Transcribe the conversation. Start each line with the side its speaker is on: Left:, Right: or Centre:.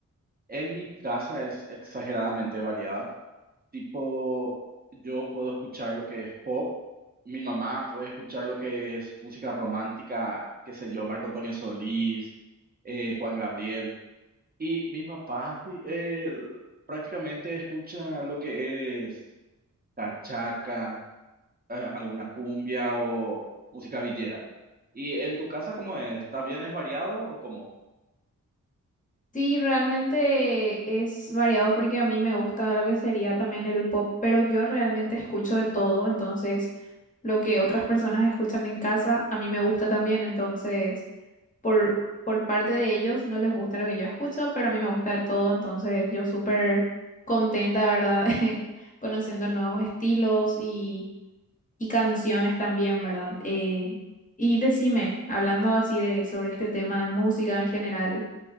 Right: En mi casa es exageradamente variada. Tipo, yo puedo escuchar lo que es pop, mi mamá puede escuchar lo que es música romántica, qué sé yo, Marco Antonio Solís, eh, Juan Gabriel. Y mi papá sí, él prácticamente escucha lo que es cachaca, eh, alguna cumbia o música villera. ¿Y en tu casa cómo es? ¿También es variado o cómo?
Left: Sí, realmente es variado porque a mí me gusta lo que sería también el pop, pero yo realmente escucho de todo, entonces lo que otras personas escuchan en casa a mí me gusta también, entonces por, por parte de ellos no les gusta lo que yo escucho, pero a mí me gusta de todo, entonces yo súper contenta, ¿verdad? <laughs> Conociendo nuevos estilos y, y canciones también, ¿verdad? Eh, y decime, hablando así de sobre este tema de música en general.